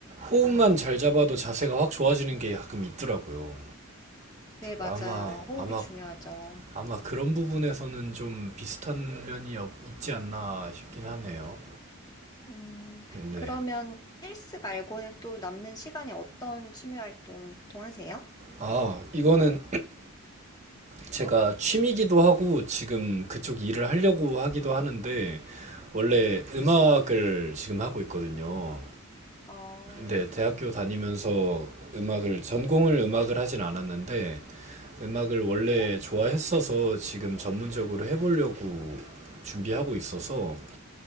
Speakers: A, on the right; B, on the left.
A: 호흡만 잘 잡아도 자세가 확 좋아지는 게 가끔 있더라고요.
B: 네, 맞아요.
A: 아마,
B: 호흡이
A: 아마,
B: 중요하죠.
A: 아마 그런 부분에서는 좀 비슷한 면이 없- 있지 않나 싶긴 하네요.
B: 음,
A: 네.
B: 그러면 헬스 말고는 또 남는 시간에 어떤 취미 활동 보통 하세요?
A: 아, 이거는 제가 취미기도 하고 지금 그쪽 일을 하려고 하기도 하는데, 원래 음악을 지금 하고 있거든요.
B: 어,
A: 네, 대학교 다니면서 음악을 전공을 음악을 하진 않았는데 음악을 원래 좋아했어서 지금 전문적으로 해보려고 준비하고 있어서